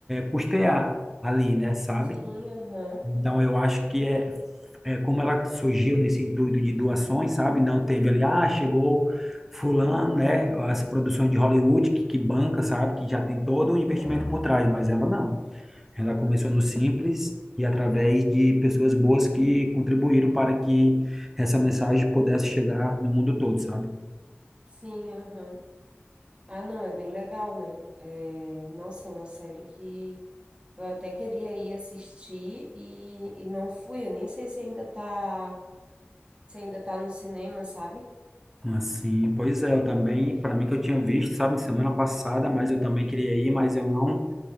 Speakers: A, in the centre; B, on the right (about 25°).
A: custear ali, né, sabe?
B: Sim, aham.
A: Então, eu acho que é, é como ela surgiu nesse intuito de doações, sabe? Não teve ali, ah, chegou fulano, né? As produções de Hollywood que, que banca, sabe? Que já tem todo um investimento por trás, mas ela não. Ela começou no simples e através de pessoas boas que contribuíram para que essa mensagem pudesse chegar no mundo todo, sabe?
B: Sim, aham. Ah, não, é bem legal, né? É... Nossa, é uma série que eu até queria ir assistir e, e não fui. Eu nem sei se ainda tá, se ainda tá no cinema, sabe?
A: Assim, pois é, eu também, para mim que eu tinha visto, sabe, semana passada, mas eu também queria ir, mas eu não